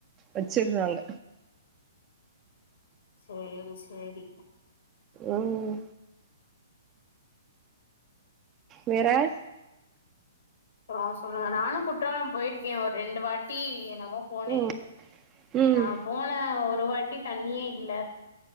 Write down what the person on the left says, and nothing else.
சேரி சேரி
அப்பறொ சொல்லுங்க நானு குற்றாலம் போயிருக்கே ஒரு ரெண்டு வாட் டி என்னமோ போனே
நா போன ஒரு வாட் ட்டி தண்ணியே இல்ல